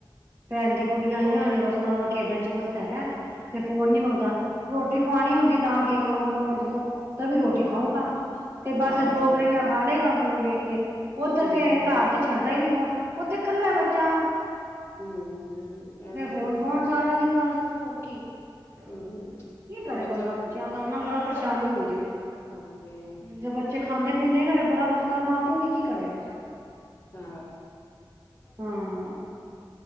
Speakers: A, on the right (about 30°); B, on the left (about 30°).
A: ਭੈਣ ਦੀ ਕੁੜੀਆਂ ਆਈਆਂ <unintelligible> ਬਸ ਉਹਨਾਂ ਚ ਖੇਡਣ ਚ ਮਸਤ ਹੈਗਾ ਤੇ ਫੋਨ ਨੀ ਮੰਗਦਾ ਰੋਟੀ ਖਵਾਉਣੀ ਹੁੰਦੀ ਤਾਂ ਕੀ ਮੰਮਾ <unintelligible> ਫੋਨ ਦੇ ਦੋ ਤਬੀ ਰੋਟੀ
B: ਹਾਂ
A: ਖਾਊਗਾ, ਤੇ ਬਸ
B: ਹਾਂ
A: ਦੋ
B: ਸਹੀ
A: ਗ੍ਰਹੀਆਂ ਖਾ ਲੇਗਾ ਫੋਨ ਵੇਖ ਕੇ ਉੱਧਰ
B: ਹਮ
A: ਦੇ ਘਰ ਤੇ ਛੱਡ <inaudible> ਉੱਥੇ ਕੱਲਾ ਬੱਚਾ
B: ਹੂੰ ਐਵੇਂ
A: ਹੁਨ ਫੋਨ ਸਾਰਾ ਦਿਨ ਬੱਸ ਹੋਰ ਕੀ ਕੀ
B: ਹਮ
A: ਕਰੇ
B: ਉਹ ਬੱਚਾ
A: ਬੰਦਾ ਬੱਚਿਆਂ ਦਾ <inaudible> ਪਰੇਸ਼ਾਨੀ ਹੁਨ <inaudible> ਹੁੰਦੀ ਹੈ
B: ਹਾਂਜੀ
A: ਜੇ ਬੱਚਾ ਦੇ ਖਾਂਦੇ ਪੀਂਦੇ ਨਾ <inaudible> ਬੜਾ ਬੰਦਾ ਮਾਂ ਪਿਓ ਵੀ ਕੀ ਕਰੇ
B: ਹ,
A: ਹਾਂ